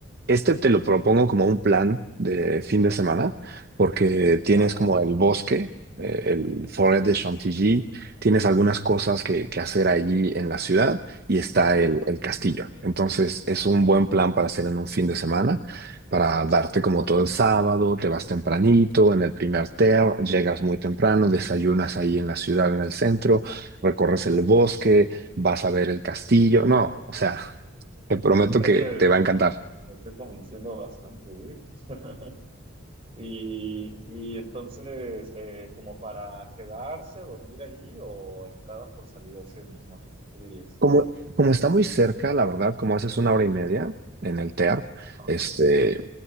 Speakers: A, on the right (about 45°); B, on the right (about 25°).
A: este
B: ujú.
A: te lo propongo como un plan de fin de semana, porque tienes
B: Ajá,
A: como el bosque, eh, el Forest
B: sí.
A: de Chantilly, tienes algunas cosas que, que hacer allí en la ciudad y está el, el castillo.
B: ujú.
A: Entonces, es un buen plan para hacer en un fin de semana, para darte como todo el sábado, te vas tempranito en el primer ter, llegas muy temprano, desayunas ahí en la ciudad, en el centro, recorres el bosque vas a ver el castillo. No, o sea, <laughs> te prometo
B: O sea
A: que
B: que
A: te va a encantar.
B: lo estoy convenciendo bastante, güey. <laughs> Y, y entonces, eh, como para quedarse, dormir ahí o entrada por salida ese mismo día, ¿qué dirías?
A: Como, como está muy cerca, la verdad, como haces una hora y media en el TEAR,
B: Ajá,
A: este,